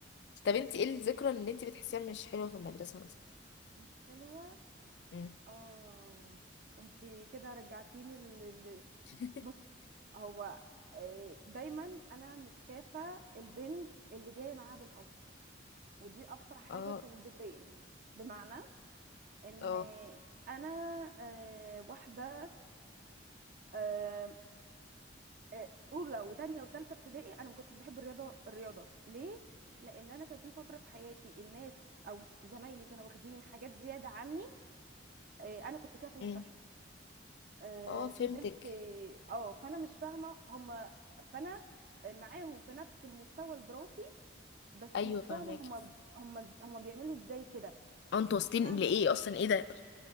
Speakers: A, on the left; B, on the right.
A: طب انت ايه الذكرى اللي انت بتحسيها مش حلوه في المدرسه مثلا
B: مش حلوة
A: امم
B: اه انتي كده رجعتيني ل... ل...
A: <laughs>
B: بصي هو آه، دايما انا متشافة البنت اللي جاية معاها بالحظ ودي اكتر حاجة
A: اه
B: كانت بتضايقني بمعنى ان
A: اه
B: انا آه، واحدة آه، آه، اولى وتانية وتالتة ابتدائي انا ما كنتش بحب الرياضه الرياضه ليه لان انا كان في فتره في حياتي الناس او زمايلي كانوا واخدين حاجات زياده عني آه، انا كنت فيها في المستشفى
A: امم
B: آه،
A: اه فهمتك
B: فضلت اه آه، فانا مش فاهمه هم فانا معاهم في نفس المستوى الدراسي بس
A: ايوه
B: مش
A: فهماكي
B: فاهمه هم هم هم بيعملوا ازاي كده
A: اه انتوا واصلين
B: مش فاهمه
A: لايه اصلا ايه ده